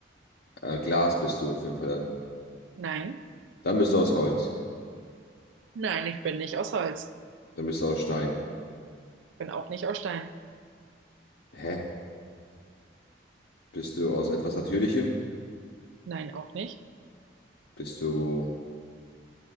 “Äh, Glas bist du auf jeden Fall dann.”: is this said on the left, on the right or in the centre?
Left